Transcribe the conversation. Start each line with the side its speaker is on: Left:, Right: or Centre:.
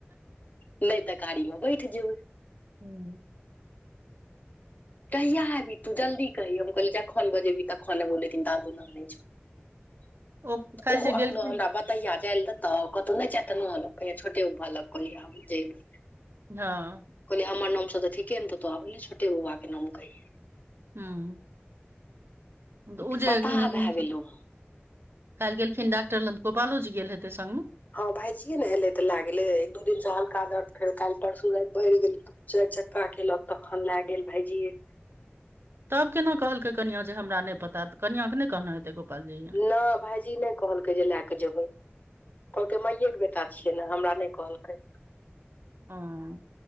Left: नहि तऽ गाड़ी में बैठ जेबै
Right: हूँ
Left: कहिया एबी तू जल्दी कही हम कहलीए जखन बजेबहि तखन एबउ लेकिन दादू न जो
Right: ओ काल्हि
Left: ओहो
Right: जे
Left: अंगना
Right: गेलखिन
Left: हमरा बत तहिया जाय देतऽ कतौ नहि जायत नलया छोटेलक
Right: हँ
Left: कहलिए हमर नाम से तऽ ठीके ने तो आबे छोटे बौआ के नाम कहिये
Right: हँ
Left: बताह
Right: तऽ उ जेे कालिह
Left: भए गेलहुँ
Right: गेलखिन डाक्टर लंग में त गोपालो जी गेल हेतै संग मे
Left: हँ भाइजी ए ने एले तऽ लए गेले एक दू दिन स का दर्द फेर काहिल परसू रात फेर बढ़ गेल चार चका केलक तखन लय गेल भाइजी ए
Right: तब केना कहलकै कनिया जे हमरा नहि पता कनियां के नहि कहना हेते गोपालजी ये
Left: नहि भायईजी नहि कहलकै जे लै के जेबै कहलकै माइएके बेटा छियै ने हमरा नहि कहलकै
Right: हुँ